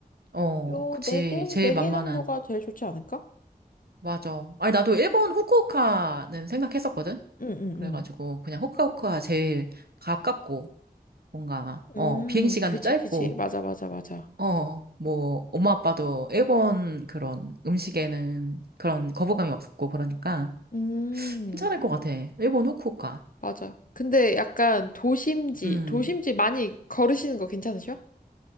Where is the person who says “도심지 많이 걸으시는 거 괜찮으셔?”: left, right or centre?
Left